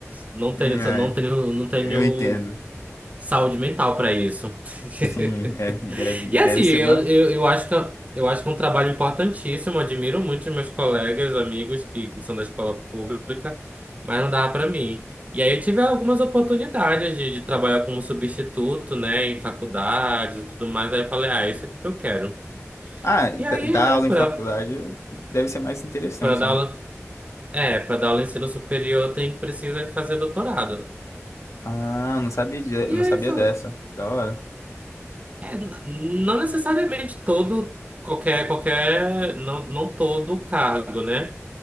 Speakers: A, on the right (about 30°); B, on the left (about 75°).
A: não tenho,
B: Hum, É,
A: não tenho, não tenho
B: eu entendo.
A: saúde mental pra isso. <laughs>
B: Sim, é, é- deve
A: E assim,
B: ser
A: eu,
B: mais.
A: eu, eu acho que é, eu acho que é um trabalho importantíssimo. Admiro muito os meus colegas, amigos que, que são da escola pública, mas não dá pra mim. E aí eu tive algumas oportunidades de, de trabalhar como substituto, né, em faculdades e tudo mais. Aí eu falei, ah, isso é o que eu quero.
B: Ah, d-
A: E aí,
B: dar
A: né,
B: aula
A: pra,
B: em faculdade é- deve ser mais interessante,
A: pra dar
B: né?
A: aula, é, pra dar aula em ensino superior, tem precisa fazer doutorado.
B: Ah, não sabia, de,
A: E
B: não sabia
A: aí foi,
B: dessa. Da hora.
A: É, n- não necessariamente todo, qualquer, qualquer, não, não todo cargo, né?